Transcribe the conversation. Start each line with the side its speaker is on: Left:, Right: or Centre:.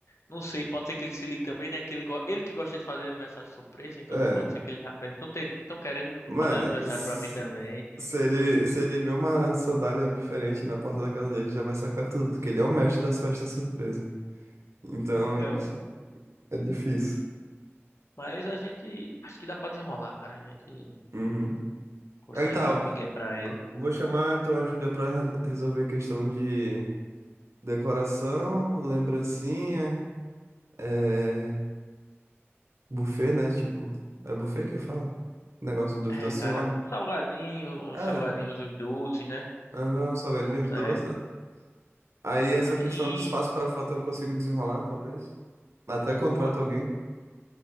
Left: não sei, pode ser que ele se ligue também, né? Que ele, go- ele que gosta de fazer aniversário surpresa, então
Right: É,
Left: pode ser que ele já pense, estão querendo
Right: mas
Left: fazer aniversário
Right: s-
Left: pra mim também.
Right: se ele, se ele vê uma sandália diferente na porta da casa dele, já vai sacar tudo, porque ele é o mestre das festas surpresa. Então,
Left: Então,
Right: ele é difícil.
Left: mas a gente, acho que dá pra desenrolar, cara, a gente
Right: Uhum.
Left: consegue
Right: Aí tá,
Left: dar um migué pra ele.
Right: vou chamar então a Júlia pra re- resolver questão de decoração, lembrancinha, é... buffet, né? Tipo, é buffet que fala? Negócio dos
Left: É,
Right: docinhos
Left: cara,
Right: lá.
Left: salgadinho,
Right: É,
Left: uns salgadinhos, uns doces, né?
Right: aham, os salgadinhos,
Left: Dá certo.
Right: doces Aí essa
Left: Aí,
Right: questão do espaço pra foto eu consigo desenrolar, talvez. Até contrato
Left: boa.
Right: alguém.